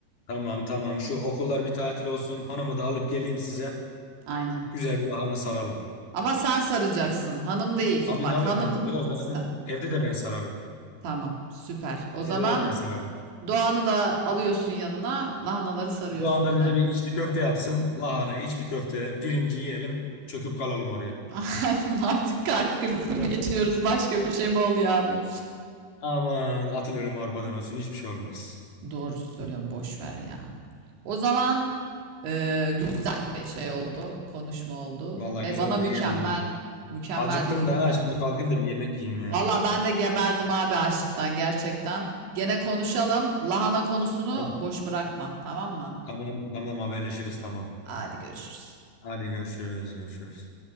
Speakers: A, on the left (about 50°); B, on the right (about 80°).
A: Tamam tamam şu okullar bir tatil olsun. Hanımı da alıp geleyim size.
B: Aynen.
A: Güzel bir lahana saralım.
B: Ama sen saracaksın. Hanım değil.
A: Tabii
B: Bak
A: tabii
B: hanım
A: ben yok
B: sen.
A: zaten evde de ben sararım.
B: Tamam, süper. O
A: Evde
B: zaman
A: de ben sararım.
B: Doğan'ı da alıyorsun yanına. Lahanaları sarıyorsunuz
A: Bu anda bize
B: abi.
A: bir içli köfte yapsın. Lahana, içli köfte, pirinci yiyelim. Çöküp kalalım oraya.
B: <laughs> Aynen artık kalp krizi
A: Evet.
B: mi geçiriyoruz başka bir şey mi oluyor abi?
A: Aman atın ölümü arpadan olsun. Hiçbir şey olmaz.
B: Doğru söylüyorum boş ver ya. O zaman eee güzel bir şey oldu, konuşma oldu
A: Vallahi
B: ve
A: güzel
B: bana
A: oldu,
B: mükemmel,
A: iyi oldu ya.
B: mükemmel
A: Acıktım
B: bir fikir
A: da ha,
B: verdin.
A: şimdi kalkayım da bir yemek yiyeyim ya.
B: Valla ben de geberdim abi açlıktan gerçekten. Gene konuşalım. Lahana konusunu
A: Tamam
B: boş bırakma, tamam mı?
A: tamam tamam. haberleşiriz tamam.
B: Hadi görüşürüz.
A: Hadi görüşürüz görüşürüz.